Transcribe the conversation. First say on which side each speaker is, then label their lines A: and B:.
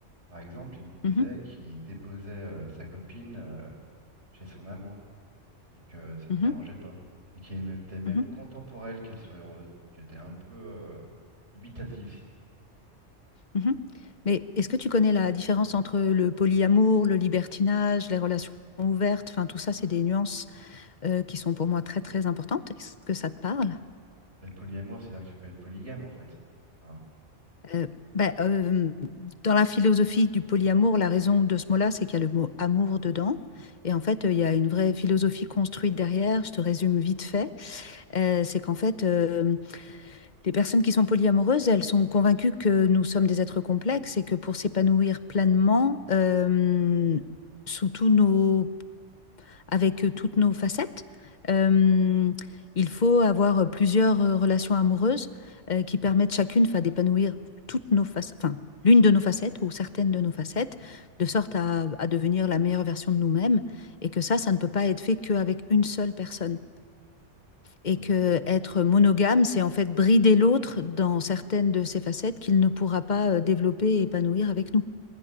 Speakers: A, on the right (about 65°); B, on the left (about 45°).
A: Par exemple, il me disait
B: Mmh mh.
A: qu'il déposait euh, sa copine euh, chez son amant et que ça ne
B: Mmh
A: le dérangeait pas et qu'il était même était même
B: Mmh
A: content pour elle qu'elle soit heureuse. J'étais un peu euh, dubitatif. si tu
B: Mmh. Mais est-ce que tu connais la différence entre le polyamour, le libertinage, les relations ouvertes? Enfin, tout ça, c'est des nuances, heu, qui sont pour moi très, très importantes. Est-ce que ça te parle?
A: veux. Le polyamour, c'est-à-dire que tu peux être polygame en fait. Enfin,
B: Heu, bah, hem, dans la philosophie du polyamour, la raison de ce mot-là, c'est qu'il y a le mot «amour» dedans et en fait, heu, il y a une vraie philosophie construite derrière. Je te résume vite fait. Heu, c'est qu'en fait, hem, Les personnes qui sont polyamoureuses, elles sont convaincues que nous sommes des êtres complexes et que pour s'épanouir pleinement, euh, sous tous nos, avec toutes nos facettes, euh, il faut avoir plusieurs euh, relations amoureuses euh, qui permettent chacune, enfin, d'épanouir toutes nos facettes, enfin, l'une de nos facettes ou certaines de nos facettes, de sorte à, à devenir la meilleure version de nous-mêmes. Et que ça, ça ne peut pas être fait qu'avec une seule personne et
A: Mm.
B: que être monogame, c'est en fait brider l'autre dans certaines de ses facettes qu'il ne pourra pas euh, développer et épanouir avec nous.